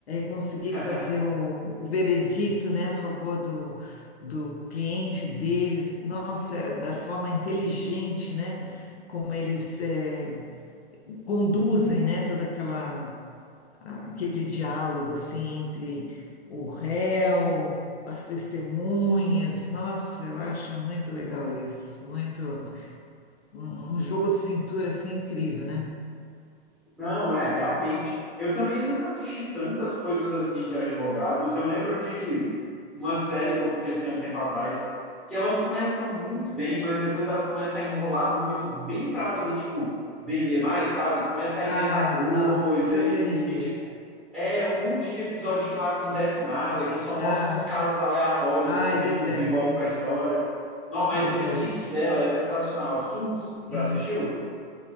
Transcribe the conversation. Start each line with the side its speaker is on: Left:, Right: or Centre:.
Left: conseguir
Centre: <laughs>
Left: fazer o, o veredito, né, a favor do, do cliente deles, nossa, da forma inteligente, né, como eles é, conduzem, né, toda aquela aquele diálogo assim entre o réu, as testemunhas, nossa, eu acho muito legal isso, muito um, um jogo de cintura assim incrível, né?
Centre: Não, é, realmente. Eu também nunca assisti tantas coisas assim de advogados. Eu lembro de uma série que eu comecei um tempo atrás, que ela começa muito bem, mas depois ela começa a enrolar muito, bem para poder, tipo, vender mais, sabe? Começa a inventar
Left: Ai,
Centre: coisa
Left: nossa, isso
Centre: e,
Left: é terrível.
Centre: e, tipo, é um monte de episódio que não acontece nada, que só mostram
Left: Ah,
Centre: uns casos aleatórios,
Left: ai,
Centre: assim, que
Left: detesto
Centre: não desenvolve
Left: isso.
Centre: com a história. Não, mas
Left: Detesto.
Centre: o início dela é sensacional. Suits,
Left: Uhum.
Centre: já assistiu?